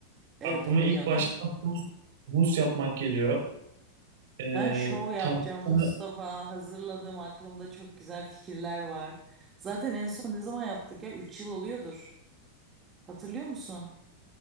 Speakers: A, on the right (about 25°); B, on the right (about 55°).
A: Evet
B: Aklıma
A: tabii
B: ilk
A: canım.
B: başta humus, humus yapmak geliyor. Ee,
A: Ben şov yapacağım
B: tavuktan-
A: Mustafa. hazırladım aklımda çok güzel fikirler var. Zaten en son ne zaman yaptık ya? üç yıl oluyordur. Hatırlıyor musun?